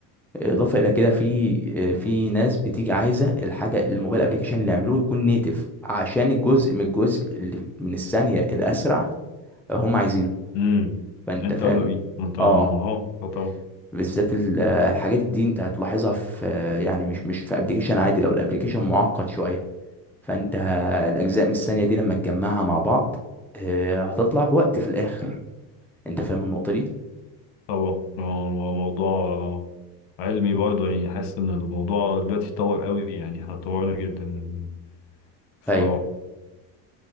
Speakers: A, in the centre; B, on the left.
A: اضافه الى كده في آه، في ناس بتيجي عايزه الحاجه الموبايل ابلكيشن اللي يعملوه يكون نيتف عشان الجزء من الجزء اللي من الثانيه الاسرع هم عايزينه
B: امم
A: فانت
B: انت
A: فاهم
B: اولى بيه انت اه
A: اه
B: آه، طبعا
A: بالذات ال- آه، الحاجات دي انت هتلاحظها في آه، يعني مش مش في ابلكيشن عادي لو الابلكيشن معقد شويه فانت الاجزاء من الثانيه دي لما تجمعها مع بعض آه، هتطلع بوقت في الاخر انت فاهم النقطه دي
B: طبعا آه، موضوع علمي برضه يعني حاسس ان الموضوع دلوقتي اتطور قوي يعني احنا اتطورنا جدا ف
A: ايوه